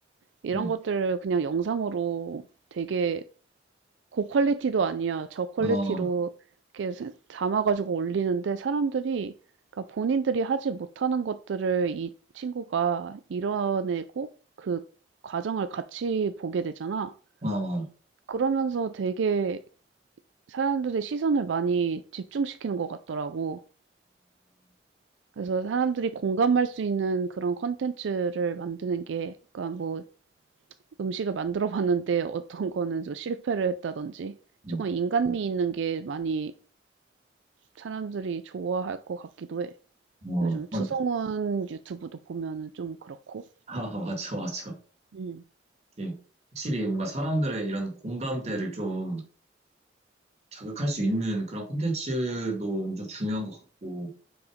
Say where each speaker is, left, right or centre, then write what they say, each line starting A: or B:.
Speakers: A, on the right; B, on the right.
A: 이런
B: 음.
A: 것들을 그냥 영상으로 되게 고 퀄리티도 아니야. 저 퀄리티로
B: 어,
A: 이렇게 담아 가지고 올리는데 사람들이 그러니까 본인들이 하지 못하는 것들을 이 친구가 이뤄내고 그 과정을 같이 보게 되잖아.
B: 어, 어,
A: 그러면서 되게 사람들의 시선을 많이 집중시키는 것 같더라고. 그래서 사람들이 공감할 수 있는 그런 컨텐츠를 만드는 게 그러니까 뭐 음식을 만들어 봤는데 어떤 거는 좀 실패를 했다든지
B: 음,
A: 조금 인간미 있는 게 많이 사람들이 좋아할 것 같기도 해.
B: 어,
A: 요즘
B: 맞아.
A: 추성훈 유튜브도 보면은 좀 그렇고.
B: 아, 맞아, 맞아.
A: 음.
B: 이게 확실히 뭔가 사람들의 이런 공감대를 좀 자극할 수 있는 그런 콘텐츠도 엄청 중요한 것 같고.